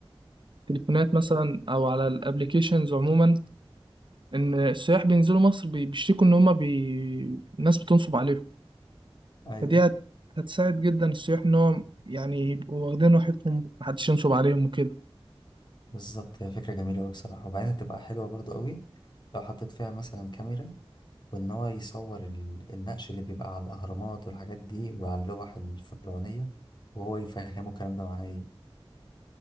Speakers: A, on the right (about 55°); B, on the left (about 50°).
A: التليفونات مثلا او على الابليكيشنز عموما ان السياح بينزلوا مصر بي- بيشتكوا ان هما بي... الناس بتنصب عليهم
B: ايوه
A: فدي هت... هتساعد جدا السياح ان هو يعني يبقوا واخدين راحتهم محدش ينصب عليهم وكده
B: بالظبط هي فكرة جميلة أوي بصراحة وبعدين هتبقى حلوة برضو أوي لو حطيت فيها مثلا كاميرا وإن هو يصور ال- النقش اللي بيبقى على الأهرامات والحاجات دي وعلى اللوح الفرعونية وهو يفهمه الكلام ده معناه إيه